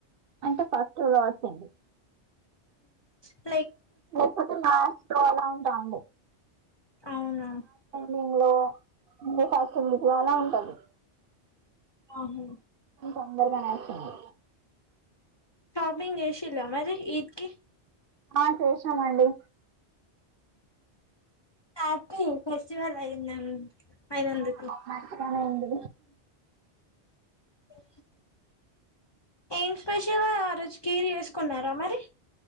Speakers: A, on the right; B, on the left.
A: అంటే ఫస్ట్ కావచ్చండి
B: ఆ
A: లేకపోతే మా హాస్టల్ లో ఎలా ఉంటామండి
B: అవునా
A: ముగ్లో ముందు ఒక హాస్టల్ మీకు వాలా ఉంటది
B: ఆహు
A: తొందరగానేస్తుంది
B: షాపింగ్ చేషిల్ల మరి ఈద్కి
A: ఆ చేసామండి
B: తాకి ఫెస్టివల్ అయింద అయినందుకు
A: ఆ మంచి పనైంది
B: అ ఏం స్పెషల్ ఆ రోజు కీర్ చేసుకున్నారా మరి